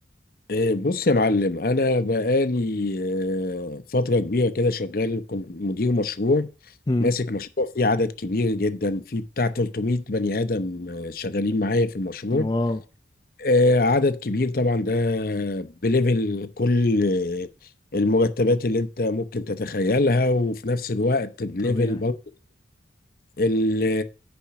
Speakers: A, on the left; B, on the left.
A: إيه، بص يا معلم انا بقالي آه، فتره كبيره كده شغال كنت مدير مشروع
B: امم
A: ماسك مشروع فيه عدد كبير جدا فيه بتاع 300 بني ادم آه، شغالين معايا في المشروع
B: واو
A: آه، عدد كبير طبعا ده بليفل كل آه، المرتبات اللي انت ممكن تتخيلها وفي نفس الوقت بليفل
B: طبيعي
A: برضه ال-